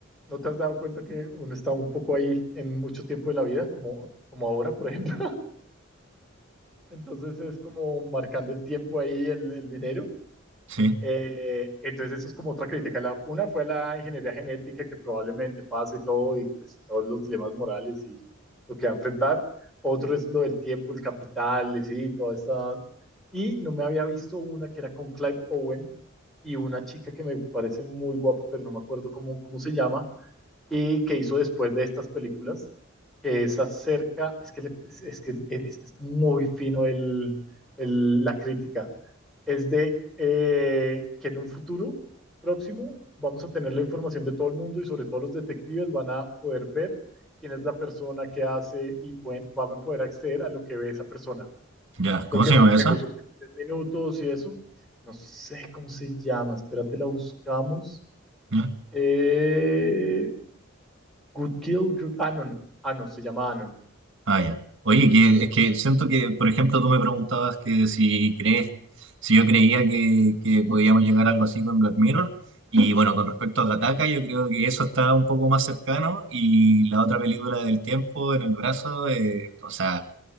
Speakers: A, in the centre; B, on the right (about 60°).
A: ¿No te has dado cuenta que uno está un poco ahí en mucho tiempo de la vida, como, como ahora, por ejemplo? Entonces es como marcando el tiempo ahí, el, el dinero.
B: Sí,
A: Eh, entonces eso es como otra crítica. La, una fue la ingeniería genética que probablemente pasa y todo, y pues todos los dilemas morales y lo que va a enfrentar. Otro es lo del tiempo, el capital, sí, toda esta... Y no me había visto una que era con Clive Owen y una chica que me parece muy guapa, pero no me acuerdo cómo, cómo se llama, y que hizo después de estas películas, que es acerca, es que, le- es, que es, es muy fino el, el- la crítica, es de eh, que en un futuro próximo vamos a tener la información de todo el mundo y sobre todo los detectives van a poder ver quién es la persona que hace y pueden, van a poder acceder a lo que ve esa persona.
B: ya.
A: Lo
B: ¿Cómo
A: que
B: se
A: en
B: llama esa?
A: los últimos 10 minutos y eso, no sé cómo se llama, espérate, la buscamos.
B: ¿Ya?
A: Eh, Good Kill, creo, Anon, Anon, se llama Anon.
B: Ah, ya. Oye, que, es que siento que, por ejemplo, tú me preguntabas que si crees, si yo creía que, que podíamos llegar a algo así con Black Mirror. Y bueno, con respecto a Gattaca, yo creo que eso está un poco más cercano. Y la otra película del tiempo en el brazo, eh, o sea,